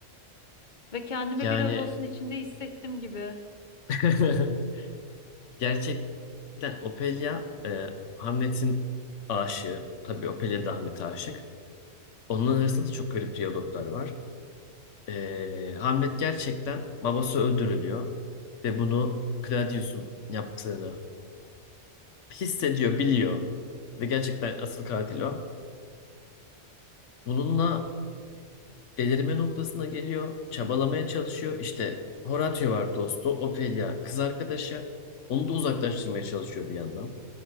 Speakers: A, on the left (about 45°); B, on the left (about 80°).
A: Ve kendimi
B: Yani
A: biraz olsun içinde hissettim gibi.
B: <laughs> gerçekten Ophelia e, Hamlet'in aşığı. Tabii Ophelia da Hamlet'e aşık. Onların arasında da çok garip diyaloglar var. E, Hamlet gerçekten babası öldürülüyor ve bunu Claudius'un yaptığını hissediyor, biliyor ve gerçekten asıl katil o. Bununla delirme noktasına geliyor, çabalamaya çalışıyor. İşte Horatio var dostu, Ophelia kız arkadaşı. Onu da uzaklaştırmaya çalışıyor bir yandan.